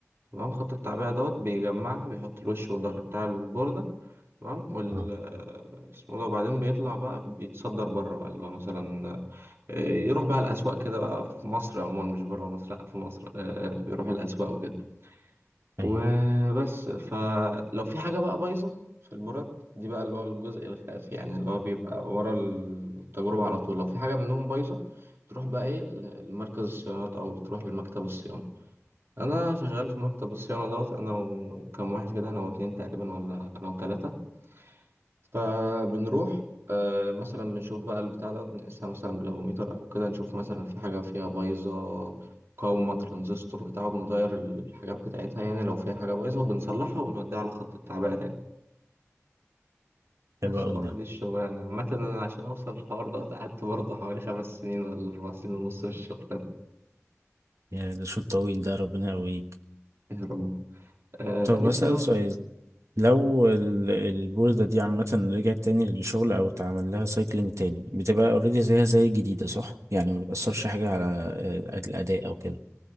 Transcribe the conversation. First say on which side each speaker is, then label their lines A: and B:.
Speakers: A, on the right; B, on the right.
A: تمام خط التعبئة دوت بيجمعها بيحط الوش والظهر بتاع البوردة تمام وال
B: اه
A: اسمه ده وبعدين بيطلع بقى بيتصدر بره بقى اللي هو مثلا آه، يروح بقى الأسواق كده بقى في مصر عموما مش بره مصر لأ في مصر آه، بيروح الأسواق وكده
B: ايوه
A: وبس فلو في حاجة بقى بايظة في البورات دي بقى اللي هو الجزء الخافي يعني اللي هو بيبقى ورا التجربة على طول لو في حاجة منهم بايظة بتروح بقى ايه لمركز الصيانات أو بتروح لمكتب الصيانة انا شغال في مكتب الصيانه دوت انا وكم واحد كده انا واتنين تقريبا ولا انا وتلاته فبنروح آه، مثلا بنشوف بقى البتاع ده بنقيسها مثلا بالافوميتر او كده نشوف مثلا في حاجه فيها بايظه مقاومه ترانزستور بتاعه بنغير الحاجات بتاعتها يعني لو فيها حاجه بايظه بنصلحها وبنوديها على خط التعبئه تاني بس
B: حلو قوي
A: هو
B: ده
A: دي الشغلانه عامه انا عشان اوصل للحوار ده قعدت برضه حوالي خمس سنين ولا اربع سنين ونص في الشغل ده.
B: يا ده شوط طويل ده ربنا يقويك
A: يا رب آه،
B: طب
A: نفسي
B: هسأل
A: بقى
B: سؤال لو ال- البوردة دي عامة رجعت تاني للشغل أو اتعمل لها سايكلينج تاني بتبقى اوريدي زيها زي الجديدة صح؟ يعني ما بتأثرش حاجة على آه، الأداء أو كده